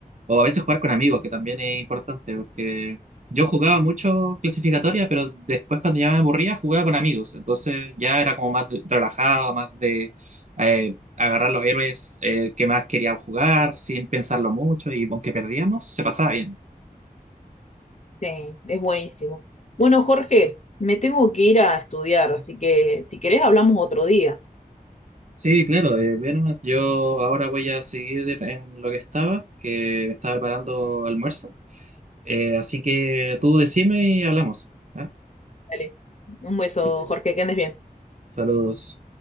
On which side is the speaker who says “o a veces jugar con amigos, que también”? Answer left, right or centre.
Right